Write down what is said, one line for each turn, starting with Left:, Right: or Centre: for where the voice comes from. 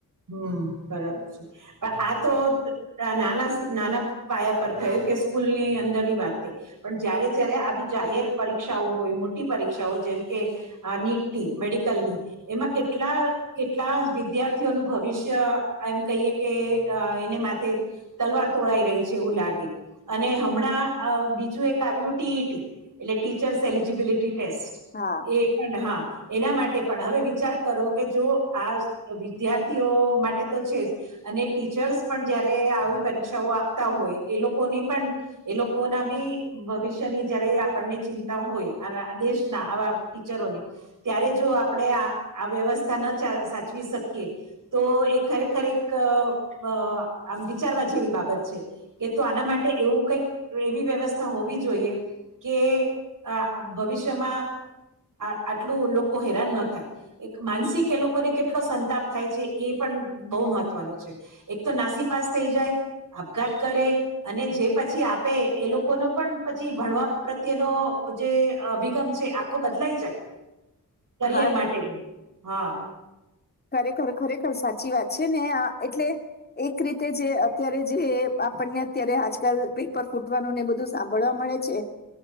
Right: હમ બરાબર છે, પણ આ તો નાના નાના પાયા પર થયું કે સ્કૂલની અંદરની વાત પણ જયારે જયારે આવી જાહેર પરીક્ષાઓ હોય મોટી પરીક્ષાઓ જેમ કે આ નીટની મેડિકલની એમાં કેટલા કેટલા વિધયાર થઈ ઓનુ ભવિષ્ય એમ કહીએ કે એને માથે તલવાર તોળાઈ રહી છે, એવું લાગે અને હમણાં અ બીજું એક આવ્યું ટીઈટી એટલે ટીચર્સ એલિજીબિલિટી ટેસ્ટ
Left: હા
Right: એ પણ હા એના માટે પણ હવે વિચાર કરો કે જો આ વિદ્યાર્થીઓ માટે તો છે, જ અને ટીચર્સ પણ જયારે આવી પરીક્ષાઓ આપતા હોય એ લોકોની પણ એલોકો ના બી ભવિષ્યની જયારે આપણને ચિંતા હોય <unintelligible> દેશ આવા ટીચરોની ત્યારે જો આપણે આ આ વયવસ્થા સાચવી શકીએ તો એ ખરેખર એક અ આમ વિચારવા જેવી બાબત છે, એ તો આના માટે એવું કઈક એવી વ્યવસ્થા હોવી જોઈએ કે આ ભવિષ્યમાં આ આટલું લોકો હેરાન ન થાય એક માનસિક એ લોકોને કેટલો સંતાપ થાય છે, એ પણ બો મહત્વનું છે, એક તો નાસીપાસ થઈ જાય આપઘાત કરે અને જે પછી આપે એ લોકોનો પણ પછી ભણવા પ્રત્યેનો જે અભિગમ છે, આખો બદલાઈ જાય કરિયર
Left: હા
Right: માટે હા
Left: ખરેખર ખરેખર સાચી વાત છે ને આ એટલે એક રીતે જે અત્યારે જે આપણને અત્યારે આજકાલ પેપર ફૂટવાનું ને બધું સાંભળવા મળ મળે છે